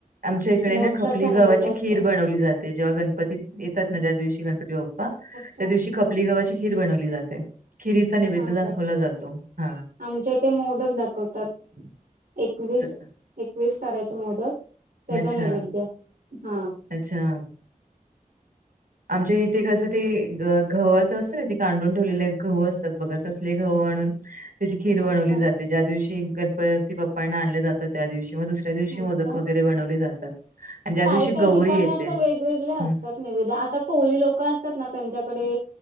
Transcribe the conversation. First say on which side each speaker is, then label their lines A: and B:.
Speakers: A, on the right; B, on the right.
A: आमच्या इकडे
B: मोदकाचा
A: ना खपली गावाची
B: नैवेद असतो
A: खीर बनवली जाते, जेव्हा गणपती येतात ना ज्या दिवशी गणपती बाप्पा
B: अच्छा
A: त्या दिवशी खपली गव्हाची खीर बनवली जाते. खिरीचा नैवेद्य
B: हा
A: दाखवला
B: काय
A: जातो हा
B: आमच्या इथे मोदक दाखवतात. एकवीस
A: त-
B: एकवीस करायचे मोदक त्याचा
A: अच्छा
B: नैवेद्य हा
A: अच्छा आमच्या इथे कसं ते गव्हावाचं असतं ना ते कांडून ठेवलेले गव्ह असतात बघत, तसले गहू आणून, त्याची खीर बनवली
B: अच्छा
A: जाते, ज्या दिवशी गणपती बाप्पांना आणले जातं त्या दिवशी मग दुस दिवशी
B: हा
A: मोदक
B: का
A: वगैरे बनवले जातात. आणि ज्या
B: काही
A: दिवशी
B: काही
A: गौरी
B: ठिकाणी
A: येते
B: असं वेगवेगळे असतात
A: हम्म.
B: नैवेद्य आता कोळी लोक असतात ना त्यांच्याकडे